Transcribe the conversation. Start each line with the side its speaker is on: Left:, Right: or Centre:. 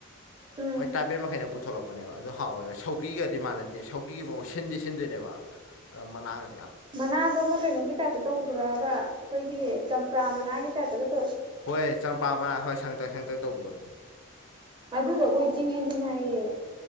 Right: ꯎꯝ
Left: ꯃꯣꯏ ꯇꯥꯏꯕꯦꯜ ꯃꯈꯩꯅ ꯄꯨꯊꯣꯛꯂꯛꯄꯅꯦꯕ ꯑꯗꯨ ꯍꯥꯎꯋꯦꯕ ꯁꯧꯒ꯭ꯔꯤꯒꯗꯤ ꯃꯥꯟꯅꯗꯦ ꯁꯧꯒ꯭ꯔꯤꯒꯤ ꯃꯑꯣꯡ ꯁꯤꯟꯗꯤ ꯁꯤꯟꯗꯣꯏꯅꯦꯕ ꯑꯗꯣ ꯃꯅꯥꯒ
Right: ꯃꯅꯥꯗꯣ ꯑꯃ ꯀꯩꯅꯣꯒꯤ ꯇꯥꯏꯞꯇ ꯇꯧꯕꯗꯨꯔꯥꯕ ꯑꯩꯈꯣꯏꯒꯤ ꯆꯝꯄ꯭ꯔꯥ ꯃꯅꯥꯒꯤ ꯇꯥꯏꯞꯇꯒ ꯇꯧꯕ
Left: ꯍꯣꯏ ꯆꯝꯄ꯭ꯔꯥ ꯃꯅꯥ ꯍꯣꯏ ꯁꯥꯡꯇꯛ ꯁꯥꯡꯇꯛ ꯇꯧꯕꯗꯣ
Right: ꯑꯗꯨꯗꯣ ꯑꯩꯈꯣꯏ ꯆꯤꯡ ꯌꯦꯟꯁꯤꯟ ꯍꯥꯏꯌꯦ